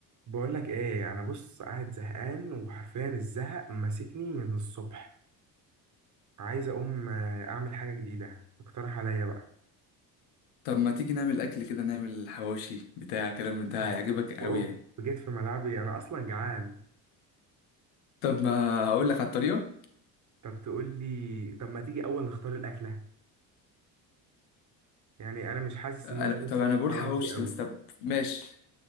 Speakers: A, on the right (about 40°); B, on the left (about 80°).
A: بقول لك ايه انا بص قاعد زهقان وحرفيا الزهق ماسكني من الصبح عايز اقوم آه، اعمل حاجه جديده اقترح عليا بقى
B: طب ما تيجي نعمل اكل كده نعمل حواوشي بتاع كلام من ده
A: اوف
B: هيعجبك قوي
A: أوف،
B: يعني
A: جيت في ملعبي انا اصلا جعان
B: طب ما اقول لك على الطريقه
A: طب تقول لي طب ما تيجي اول نختار الاكله يعني انا مش حاسس
B: انا
A: ان انا نفسي
B: طب انا
A: في الحواوشي
B: بقول حواوشي
A: قوي
B: طب بس طب ماشي